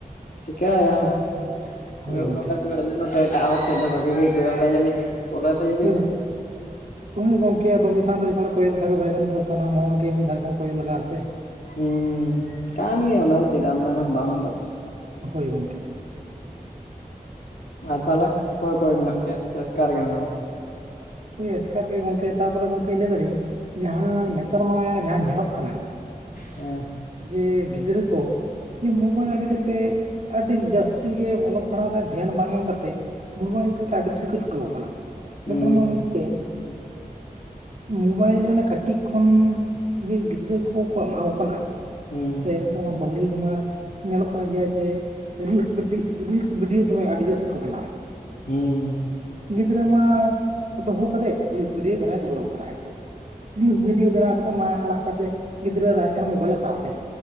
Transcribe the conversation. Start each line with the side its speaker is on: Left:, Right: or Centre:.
Left: ᱪᱮᱠᱟᱭᱟᱢ ᱚᱠᱟ
Right: ᱦᱳᱭ ᱜᱚᱝᱠᱮ
Left: ᱞᱮᱠᱟ ᱫᱩᱞᱟᱹᱲ ᱟᱫᱤ ᱱᱚᱛᱮ ᱮᱴᱟᱜ ᱦᱚᱲ ᱥᱮᱜ ᱫᱚ ᱵᱷᱟᱜᱮ ᱜᱮᱭ ᱠᱚᱭᱚᱜ ᱫᱟᱭ ᱡᱟᱹᱱᱤᱜ ᱯᱚᱨᱮ ᱛᱮ ᱡᱩᱫᱤ
Right: ᱦᱳᱭ ᱜᱚᱝ ᱦᱳᱭ ᱜᱚᱝᱠᱮ ᱟᱫᱚ ᱢᱤᱫ ᱥᱟᱶᱛᱮ ᱡᱚᱛᱚ ᱦᱚᱲᱮ ᱠᱚᱭᱚᱜ ᱞᱮᱠᱷᱟᱡ ᱫᱚ ᱵᱟᱭ ᱜᱟᱱᱚᱜᱟ ᱥᱮ ᱥᱟᱱᱟᱢ ᱦᱚᱲ ᱜᱮ ᱢᱤᱫ ᱫᱷᱟ ᱨᱚᱠᱚᱢ ᱠᱚᱭᱚᱜ ᱞᱟᱜᱼᱟ ᱥᱮ
Left: ᱦᱩᱸ ᱠᱟᱱ ᱜᱮᱭᱟ ᱚᱱᱟ ᱫᱚ ᱪᱮᱫᱟᱜ ᱮᱢ ᱢᱮᱱᱟ ᱵᱟᱝ ᱫᱚ᱾
Right: ᱦᱳᱭ ᱜᱚᱝᱠᱮ
Left: ᱟᱨ ᱛᱟᱞᱮ ᱚᱠᱚᱭ ᱚᱠᱚᱭ ᱢᱮᱱᱟᱜ ᱯᱮᱭᱟ ᱥᱮ ᱮᱥᱠᱟᱨ ᱜᱮ ᱢᱮᱱᱟᱢᱟ?
Right: ᱳᱭ ᱮᱥᱠᱟᱨ ᱜᱮ ᱜᱚᱝᱠᱮ ᱛᱟᱨᱯᱚᱨᱮ ᱜᱚᱝᱠᱮ ᱞᱟᱹᱭ ᱫᱟᱞᱤᱧ ᱡᱟᱦᱟᱸ ᱱᱮᱛᱟᱨ ᱢᱟ ᱡᱟᱦᱟᱸ ᱧᱮᱞᱚᱜ ᱠᱟᱱᱟ
Left: ᱮ
Right: ᱡᱮ ᱜᱤᱫᱽᱨᱟᱹ ᱠᱚ ᱡᱮ ᱢᱳᱸᱵᱟᱭᱤᱞ ᱟᱹᱰᱤ ᱠᱟᱛᱮᱜ ᱟᱹᱰᱤᱢ ᱡᱟᱹᱥᱛᱤ ᱜᱮ ᱚᱞᱚᱜ ᱯᱟᱲᱦᱟᱣ ᱨᱮ ᱫᱷᱮᱭᱟᱱ ᱵᱟᱝ ᱮᱢ ᱠᱟᱛᱮᱜ ᱢᱳᱸᱵᱟᱭᱤᱞ ᱨᱮᱜᱮ ᱟᱰᱤ ᱵᱤᱥᱤ ᱠᱚ ᱪᱷᱩᱴᱟᱹᱣ ᱠᱟᱱᱟ᱾
Left: ᱦᱩᱸ
Right: ᱱᱮᱛᱟᱨ ᱢᱟ ᱜᱚᱝᱠᱮ ᱢᱳᱸᱵᱟᱭᱤᱞ ᱡᱮ ᱚᱱᱮ ᱠᱟᱹᱴᱤᱡ ᱠᱷᱚᱱ ᱡᱮ ᱜᱤᱫᱽᱨᱟᱹ ᱠᱚᱠᱚ ᱮᱢᱟᱠᱚ ᱠᱟᱱᱟ
Left: ᱦᱮ
Right: <unintelligible> ᱢᱟ ᱵᱟᱹᱦᱩᱲᱤᱭᱟᱹ ᱠᱚᱢᱟ ᱧᱮᱞᱚᱜ ᱠᱟᱱ ᱜᱮᱭᱟ ᱡᱮ ᱨᱤᱞᱥ ᱵᱤᱰᱤ ᱨᱤᱥ ᱵᱤᱰᱤᱭᱳ ᱫᱚᱢᱮ ᱟᱹᱰᱤᱡᱟᱥᱛᱤ ᱠᱩ ᱵᱮᱱᱟᱣᱮᱜ
Left: ᱦᱩᱸ
Right: ᱜᱤᱫᱽᱨᱟᱹ ᱢᱟ ᱫᱚᱦᱚ ᱠᱟᱫᱮᱭ ᱨᱤᱞᱥ ᱵᱷᱤᱰᱭᱳ ᱵᱮᱱᱟᱣ ᱮ ᱫᱷᱩ ᱫᱷᱩᱨᱟ. ᱣ ᱟᱠᱟᱱᱟ ᱟᱡᱫᱚ᱾ ᱨᱤᱥ ᱵᱷᱤᱰᱤᱭᱳ ᱵᱮᱱᱟᱣ ᱠᱟᱛᱮᱜ ᱢᱟ ᱟᱲᱟᱜ ᱠᱟᱛᱮ ᱜᱤᱫᱽᱨᱟᱹ ᱨᱟᱜ ᱮᱜ ᱠᱷᱟᱱ ᱢᱳᱵᱟᱭᱤᱞ ᱮ ᱥᱟ ᱥᱟᱟᱫᱮ